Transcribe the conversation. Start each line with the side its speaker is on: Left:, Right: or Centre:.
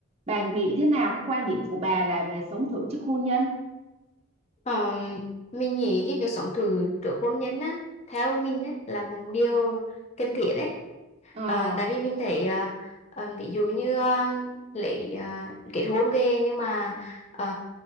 Right: bà nghĩ thế nào cái quan điểm của bà là về sống thử trước hôn nhân
Left: Ờ, mình nghĩ cái việc sống thử trước hôn nhân á theo mình á là một điều cần thiết đấy
Right: ờ
Left: Ờ, tại vì mình thấy ờ, ờ, ví dụ như ờ, lấy ờ, kết hôn về nhưng mà ờ,